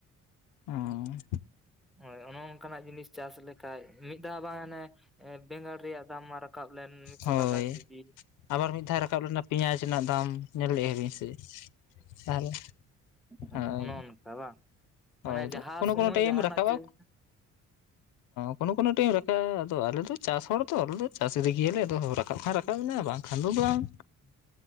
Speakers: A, on the left (about 90°); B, in the centre.
A: ᱚᱸ᱾
B: ᱦᱳᱭ ᱚᱱᱮ ᱚᱱᱠᱟᱱᱟᱜ ᱡᱤᱱᱤᱥ ᱪᱟᱥ ᱞᱮᱠᱷᱟᱡ ᱢᱤᱫ ᱫᱷᱟᱣ ᱵᱟᱝ ᱦᱟᱱᱮ ᱮᱸ ᱵᱮᱸᱜᱟᱲ ᱨᱮᱭᱟᱜ ᱫᱟᱢ ᱢᱟ ᱨᱟᱠᱟᱵ ᱞᱮᱱ ᱢᱤᱫᱥᱚ
A: ᱦᱳᱭ
B: ᱴᱟᱠᱟ ᱠᱤᱡᱤ᱾
A: ᱟᱵᱟᱨ ᱢᱤᱫ ᱫᱷᱟᱣ ᱨᱟᱠᱟᱵ ᱞᱮᱱᱟ ᱯᱮᱸᱭᱟᱡᱽ ᱨᱮᱱᱟᱜ ᱫᱟᱢ, ᱧᱮᱞ ᱞᱮᱫ-ᱟ ᱵᱤᱱ ᱥᱮ ᱛᱟᱦᱚᱞᱮ᱾
B: ᱛᱦᱞᱮ
A: ᱦᱳᱭ
B: ᱚᱱᱮ ᱚᱱᱠᱟ ᱵᱟᱝ? ᱢᱟᱱᱮ
A: ᱦᱳᱭ ᱟᱫᱚ
B: ᱡᱟᱦᱟᱸ
A: ᱠᱚᱱ
B: ᱥᱚᱢᱚᱭ
A: ᱠᱚᱱ ᱴᱟᱭᱤᱢ
B: ᱡᱟᱦᱟᱱᱟᱜ
A: ᱨᱟᱠᱟᱵ-ᱟ᱾
B: ᱪᱮᱫ
A: ᱠᱳᱱᱳ ᱠᱳᱱᱳ ᱴᱟᱭᱤᱢ ᱨᱟᱠᱟᱵ-ᱟ᱾ ᱟᱫᱟ ᱟᱞᱮ ᱫᱚ ᱪᱟᱥ ᱦᱚᱲ ᱛᱚ ᱟᱞᱮᱫᱚ ᱪᱟᱥ ᱤᱫᱜᱮᱭᱟᱞᱮ ᱟᱫᱚ ᱨᱟᱠᱟᱵ ᱠᱷᱟᱱ ᱨᱟᱠᱟᱵ ᱮᱱᱟ ᱵᱟᱝᱠᱷᱟᱱ ᱫᱚ ᱵᱟᱝ᱾
B: <inaudible>